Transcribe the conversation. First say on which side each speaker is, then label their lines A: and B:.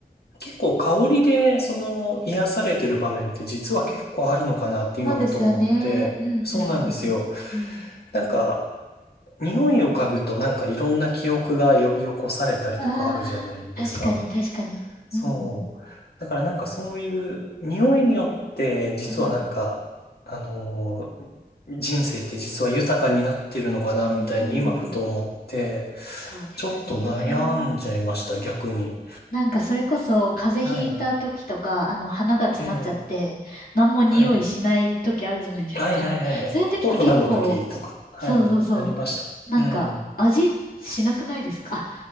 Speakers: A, on the left; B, on the left.
A: 結構香りで、その、癒されてる場面って実は結構あるのかなって今、
B: そうですよね。
A: ふと思って。
B: うんうんうん。
A: そうなんですよ。
B: うん
A: なんか、匂いを嗅ぐと、なんかいろんな記憶が呼び起こされたりとかあるじゃないですか。
B: ああ、確かに確かに。
A: そう。
B: うん
A: だからなんかそういう匂いによって実はなんか、
B: うん。うん。
A: あのー人生って実は豊かになってるのかなみたいに今ふと思って、
B: うん。そうですね。
A: ちょっと悩んじゃいました、逆に。
B: なんかそれこそ風邪ひいた時とか、
A: はい。
B: あの鼻が詰まっちゃって、
A: ええ
B: 何も匂いしない時あるじゃないですか。
A: はい。はいはいはい。
B: <laughs> そういう時って結構、
A: コロナの時とか、はい、
B: そうそうそ
A: なりました。
B: う。なんか味しなくないですかあ、
A: うん。